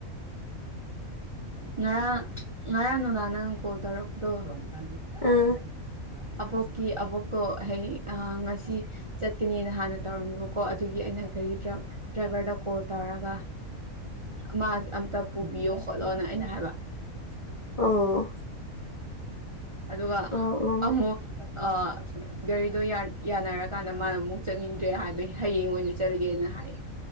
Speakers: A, on the right; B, on the left.
A: ꯉꯔꯥꯡ ꯉꯔꯥꯡ ꯅꯨꯡꯗꯥꯡ ꯅꯪꯅ ꯀꯣꯜ ꯇꯧꯔꯛꯄꯗꯣ ꯇ ꯇꯖ
B: ꯑꯥ
A: ꯐꯁ ꯑꯕꯣꯛꯀꯤ ꯑꯕꯣꯛꯇꯣ ꯑꯩ ꯑ ꯉꯁꯤ ꯆꯠꯀꯅꯤꯅ ꯍꯥꯟꯅ ꯇꯧꯔꯝꯃꯤꯕꯀꯣ ꯑꯗꯨꯒꯤ ꯑꯩꯅ ꯀꯔꯤ ꯗ꯭ꯔꯥꯏꯚꯔꯗꯣ ꯀꯣꯜ ꯇꯧꯔꯒ ꯃꯥ ꯑꯝꯇ ꯄꯨꯕꯤꯌꯣ ꯈꯣꯠꯂꯣꯅ ꯑꯩꯅ ꯍꯥꯏꯕ ꯎꯝ
B: ꯑꯣ
A: ꯑꯗꯨꯒ
B: ꯑꯣ ꯑꯣ
A: ꯑꯃꯨ ꯑ ꯒꯥꯔꯤꯗꯣ ꯌꯥꯅꯔꯀꯥꯟꯗ ꯃꯥꯅ ꯑꯃꯨꯛ ꯆꯠꯅꯤꯡꯗ꯭ꯔꯦ ꯍꯥꯏꯕꯒꯤ ꯍꯌꯦꯡ ꯑꯣꯏꯅ ꯆꯠꯂꯒꯦꯅ ꯍꯥꯏꯌꯦ